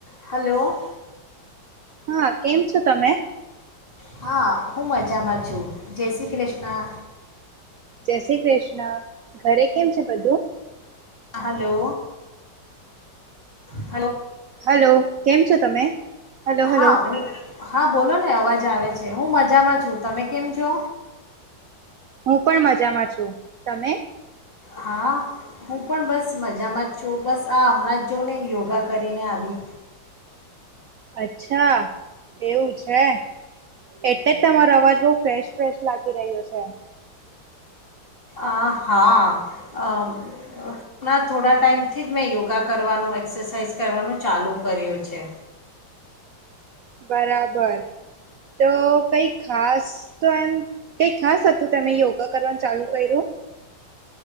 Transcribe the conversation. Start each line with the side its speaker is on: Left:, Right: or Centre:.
Left: હલો
Right: હા કેમ છો તમે
Left: હા હું મજામાં છું. જય શ્રી કૃષ્ણ!
Right: જય શ્રી કૃષ્ણ, ઘરે કેમ છે બધું?
Left: હ હલો <unintelligible>
Right: હલો કેમ છો તમે હલો હલો
Left: હા હું હા બોલો ને અવાજ આવે છે હું મજામાં છું તમે કેમ છો
Right: હું પણ મજામાં છું તમે
Left: હા હું પણ બસ બ મજામાં જ છો બસ આ હમણાં જ જો ને યોગ યોગા કરીને આવી.
Right: અચ્છા એવું છે એટલે જ તમારો અવાજ બઉ ફ્રેશ ફ્રેશ લાગી રહ્યો છે.
Left: આ હા અ હમણા થોડા ટાઈમ થી જ મેં યોગા કરવાનું એક્સરસાઇઝ કરવાનું ચાલુ કર્યું છે
Right: બરાબર તો કઈ ખાસ તો એમ તે ખાસ હતું તમે યોગા કરવાનું ચાલુ કયું